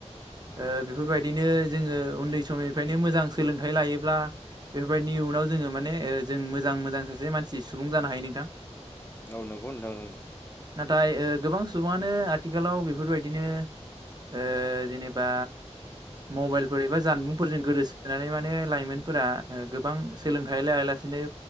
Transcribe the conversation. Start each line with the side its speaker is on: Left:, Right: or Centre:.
Left: औ
Right: ओ बेफोरबायदिनो जोङो उन्दै समनिफ्रायनो मोजां सोलोंथाइ लायोब्ला बेफोरबायदि इयुनाव जोङो माने ओ जों मोजां मोजां सासे मानसि सुबुं जानो हायो नोंथां।
Left: औ नंगौ नोंथां नंगौ।
Right: नाथाय ओ गोबां सुबुङानो आथिखालाव बेफोरबायदिनो ओ जेनेबा मबाइलफोर एबा जानबुंफोरजों गोदोसोनानै माने लाइमोनफोरा गोबां सोलोंथाइ लायाला सेनो